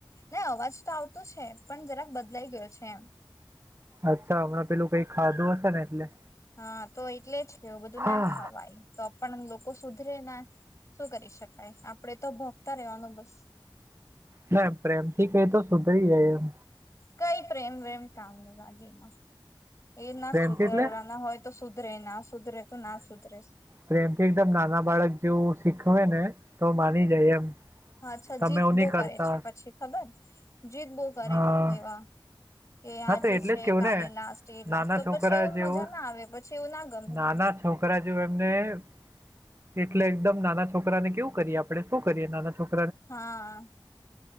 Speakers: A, on the left (about 35°); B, on the right (about 30°).
A: નહી અવાજ તો આવતો છે. પણ જરાક બદલાઈ ગયો છે એમ.
B: અચ્છા હમણાં પેલું કઈ ખાધું હસે ને એટલે
A: હા, તો એટલે જ કેવ, બધું
B: હા
A: ના ખવાય, તો પણ લોકો લોકો સુધરે ના. શું કરી શકાય? આપડે તો ભોંકતા રેવાનું બસ.
B: ના, પ્રેમ થી કેય તો સુધરી જાય એમ.
A: કઈ પ્રેમ વેમ કામ ની લાગે એમાં. એના
B: પ્રેમથી
A: સુધરવાના
B: એટલે
A: હોય તો સુધરે, ના સુધરે તો ના સુધરે!
B: પ્રેમથી એકદમ નાના બાળક જેવું સીખવે ને, તો માની જાય, એમ.
A: પાછા
B: તમે
A: જીત
B: એવું
A: બહુ
B: નહીં કરતા
A: કરે છે પછી ખબર? જીદ બહુ કરે
B: હા
A: એ લોકો એવા કે
B: હા
A: આજે
B: તો એટલે
A: છે,
B: જ કેવું
A: કાલે
B: ને
A: લાસ્ટ ડે, લાસ્ટ.
B: નાના
A: તો
B: છોકરા
A: પછી એવું
B: જેવું
A: મજા ના આવે પછી, એવું ના ગમે
B: નાના
A: એમ.
B: છોકરા જેવુ એમને
A: <inaudible>
B: એટલે એકદમ નાના છોકરાને કેવું કરીએ આપડે? સુ કરીએ નાના છોકરાને?
A: હા